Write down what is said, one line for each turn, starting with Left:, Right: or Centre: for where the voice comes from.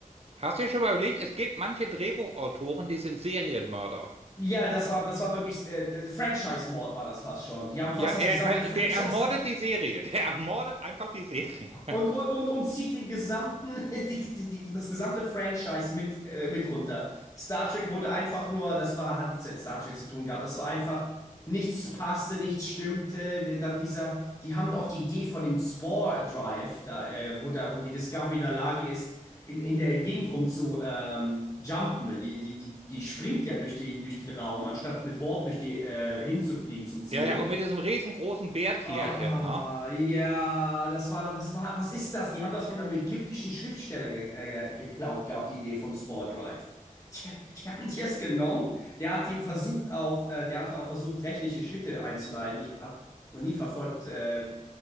Right: Hast du dir schon mal überlegt, es gibt manche Drehbuchautoren, die sind Serienmörder.
Left: ja, das war, das war wirklich, äh, äh, Franchise-Mord war das fast schon. Die haben fast
Right: Ja,
Left: das
Right: er,
Left: gesamte
Right: nein,
Left: <laughs> Franchise
Right: der ermordet die Serie. Der ermordet einfach die Serie. <laughs>
Left: Und, und, und, und zieht den gesamten, <laughs> die, die, die, das gesamte Franchise mit, äh, mit runter. Star Trek wurde einfach nur, das war, hat nichts mit Star Trek zu tun gehabt, das war einfach, nichts passte, nichts stimmte. Dann dieser, die haben auch die Idee von dem Spore Drive, da, äh, wo, da, wo die Discovery in der Lage ist, in, in der Gegend rum zu ähm, jumpen. Die, die, die, die springt ja durch, die, durch den Raum, anstatt mit Warp durch die, äh, hinzufliegen zum Ziel.
Right: Ja, ja, und mit diesem riesengroßen Bärtierchen,
Left: Ah,
Right: ne?
Left: ja, das war doch, was war, was ist das? Die haben das von einem ägyptischen Schriftsteller ge äh, geklaut gehabt, die Idee vom Spore Drive. Die, die <laughs> haben die es genommen. Der hat die versucht auch, äh, der hatte auch versucht, rechtliche Schritte einzuleiten. Ich habe noch nie verfolgt, äh,